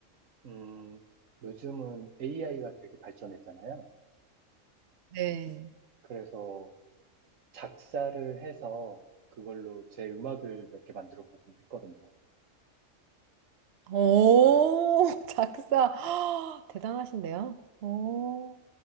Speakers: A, on the right (about 85°); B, on the right (about 60°).
A: 음, 요즘은 AI가 되게 발전했잖아요.
B: 네.
A: 그래서 작사를 해서 그걸로 제 음악을 몇 개 만들어 보곤 했거든요.
B: 오, <laughs> 작사. <gasps> 대단하신데요? 오,